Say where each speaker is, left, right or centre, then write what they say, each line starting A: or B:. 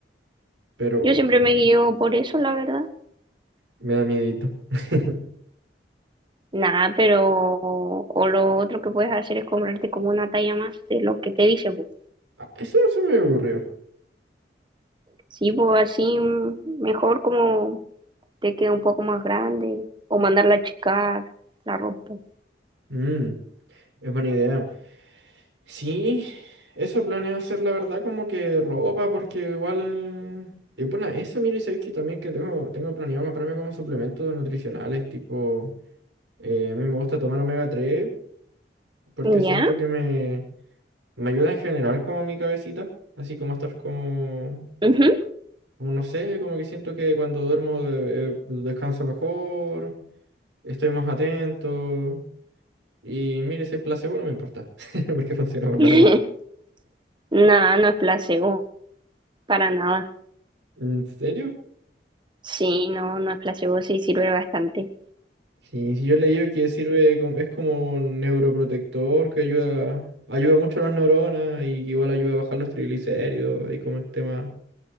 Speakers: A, on the right; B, on the right.
A: pero
B: Yo siempre
A: mm,
B: me guío por eso, la verdad.
A: me da miedito. <laughs>
B: Nada, pero o lo otro que puedes hacer es comprarte como una talla más de lo que te dice, pues.
A: Ah, Eso no se me ocurrió.
B: Sí, pues así mm, mejor como te quede un poco más grande o mandarla a achicar la ropa.
A: Mm, es buena idea. Sí, eso planeo hacer, la verdad, como que ropa, porque igual... Y bueno, eso, mira, y sabéis que también que tengo, tengo planeado comprarme como suplementos nutricionales, tipo, eh, a mí me gusta tomar omega 3 porque
B: ¿Ya?
A: siento que me, me ayuda en general como mi cabecita, así como estar como
B: Ujú.
A: Como no sé, como que siento que cuando duermo eh, eh, descanso mejor, estoy más atento. Y mire, si es placebo no me importa, <laughs> porque funciona por lo
B: <laughs>
A: menos.
B: Nada, no es placebo, para nada.
A: ¿En serio?
B: Sí, no, no es placebo, sí sirve bastante.
A: Sí, sí, yo he leído que sirve, como- es como un neuroprotector que ayuda, ayuda mucho a las neuronas y igual ayuda a bajar los triglicéridos y como el tema.